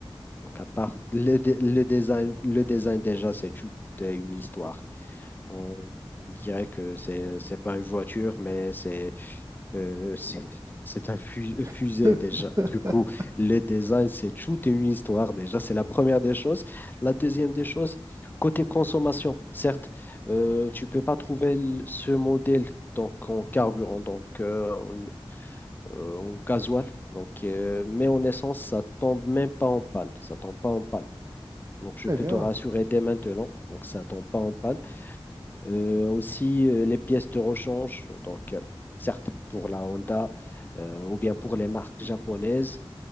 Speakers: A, on the left; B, on the right.
A: donc, à part le, dé- le design, le design déjà, c'est toute euh, une histoire. On, on dirait que c'est, c'est pas une voiture, mais c'est Euh, c'est c'est un fu- euh, fusée
B: <laughs>
A: déjà. Du coup, le design, c'est tout et une histoire déjà. C'est la première des choses. La deuxième des choses, côté consommation, certes, euh, tu peux pas trouver l- ce modèle donc en carburant, donc euh, en, euh, en gasoil, donc euh, mais en essence, ça tombe même pas en panne. Ça tombe pas en panne. Donc je
B: Très
A: peux
B: bien.
A: te rassurer dès maintenant. Donc ça tombe pas en panne. Euh, aussi, euh, les pièces de rechange, donc euh, certes pour la Honda euh, ou bien pour les marques japonaises,